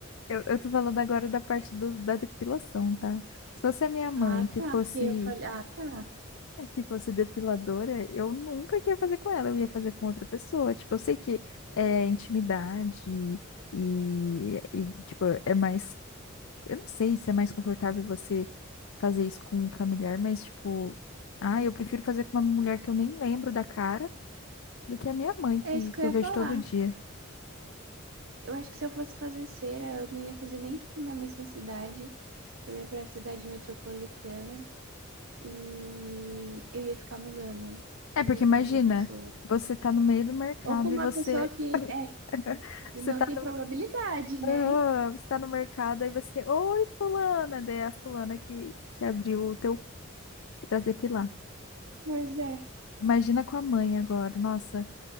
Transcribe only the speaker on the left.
eu, eu tô falando agora da parte do- da depilação, tá? Se fosse a minha mãe
que
fosse
que fosse depiladora, eu nunca que ia fazer com ela, eu ia fazer com outra pessoa. Tipo, eu sei que é intimidade e, e tipo, é mais, eu não sei se é mais confortável você fazer isso com um familiar, mas tipo, ah, eu prefiro fazer com uma mulher que eu nem lembro da cara do que a minha mãe, que,
que
eu
vejo
todo dia.
É,
porque
imagina,
você tá no meio do mercado
e você,
<laughs>
você
tá
no,
Aham, você tá no mercado e você, oi, fulana, daí é a fulana que, que abriu o teu pra depilar.
Imagina com a mãe agora, nossa.